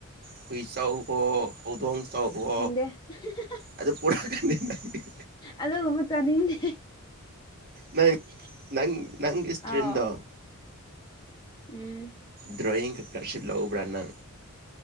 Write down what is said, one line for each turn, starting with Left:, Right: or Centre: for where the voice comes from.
Right: ꯍꯨꯏ ꯆꯧꯋꯣ ꯍꯧꯗꯣꯡ ꯆꯧꯋꯣ
Left: ꯑꯦ <unintelligible>
Right: ꯑꯗꯨ ꯄꯨꯔ ꯀꯥꯅꯤ <unintelligible>
Left: ꯑꯗꯨꯒꯨꯝꯕ ꯆꯥꯅꯤꯡꯗꯦ
Right: ꯅꯪ ꯅꯪ ꯅꯪꯒꯤ ꯏꯁꯇ꯭ꯔꯤꯝꯗꯣ
Left: ꯑꯥꯎ ꯎꯝ
Right: ꯗ꯭ꯔꯣꯌꯤꯡ ꯈꯛꯇ <unintelligible> ꯂꯧꯕ꯭ꯔꯥ ꯅꯪ